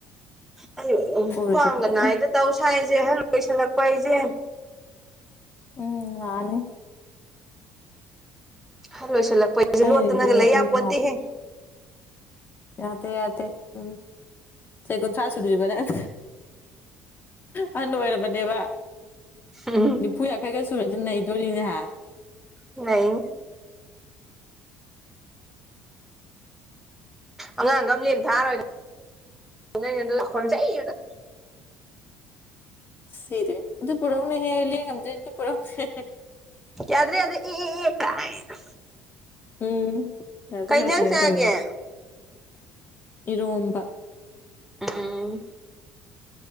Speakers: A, in the centre; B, on the left.
A: ꯑꯩꯌꯣ
B: ꯑꯣꯏꯔꯣꯏꯗꯕꯗ
A: ꯈ꯭ꯋꯥꯡꯒꯅꯥꯏꯗ ꯇꯧ ꯁꯍꯥꯏꯁꯦ ꯑꯍꯟ ꯑꯣꯏꯁꯜꯂꯛꯄ ꯑꯩꯖꯦ
B: ꯎꯝ ꯂꯥꯛꯑꯅꯤ
A: ꯍꯜ ꯂꯣꯏꯁꯤꯜꯂꯛꯄꯁꯦ
B: ꯑꯩꯅꯗꯤ
A: ꯂꯣꯠꯇꯅꯒ ꯂꯩꯌꯥꯄꯣꯇꯦꯍꯦ
B: ꯂꯤꯅ ꯍꯥꯞꯄꯤ ꯌꯥꯗꯦ ꯌꯥꯗꯦ ꯎꯝ ꯆꯍꯤ ꯀꯨꯟꯊ꯭ꯔꯥ ꯁꯨꯗ꯭ꯔꯤꯕ ꯅꯪ ꯑꯍꯟ ꯑꯣꯏꯔꯕꯅꯦꯕ
A: ꯎꯝ
B: ꯅꯤꯐꯨ ꯌꯥꯡꯈꯩꯒ ꯁꯨꯔꯁꯤ ꯅꯩꯗꯣꯔꯤꯅꯦꯍ
A: ꯅꯩꯅꯤ ꯑꯉꯥꯡ ꯒꯝꯅꯦꯅ ꯊꯥꯔꯣꯏꯗ ꯈꯣꯟꯖꯩ ꯉꯥꯛꯇꯥ
B: ꯁꯤꯗꯨꯏꯅꯦ ꯑꯗꯨ ꯄꯨꯔꯧꯅ ꯍꯦ ꯂꯦꯡꯉꯝꯗ꯭ꯔꯦ ꯑꯗꯨ ꯄꯨꯔꯧ ꯍꯦ
A: ꯌꯥꯗ꯭ꯔꯦ ꯌꯥꯗ꯭ꯔꯦ ꯌꯦ ꯌꯦ ꯀꯥꯏꯅ
B: ꯎꯝ ꯌꯥꯗ꯭ꯔꯦ
A: ꯀꯩ ꯏꯟꯖꯥꯡ
B: ꯌꯥꯗ꯭ꯔꯦꯅ
A: ꯆꯥꯒꯦ
B: ꯇꯧꯗꯅ ꯏꯔꯣꯝꯕ
A: ꯑꯝ